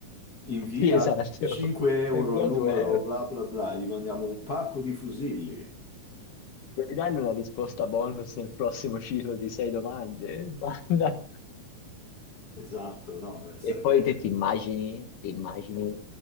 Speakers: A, on the left (about 45°); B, on the left (about 80°).
A: Invia
B: Sì, esatto.
A: 5 euro
B: E via
A: al numero
B: tu, eh.
A: bla bla bla, gli mandiamo un pacco di fusilli.
B: Vuoi dargli una risposta bonus nel prossimo ciclo di sei domande? <laughs> Basta.
A: Esatto, no, beh, sarebbe
B: E poi te ti immagini, ti immagini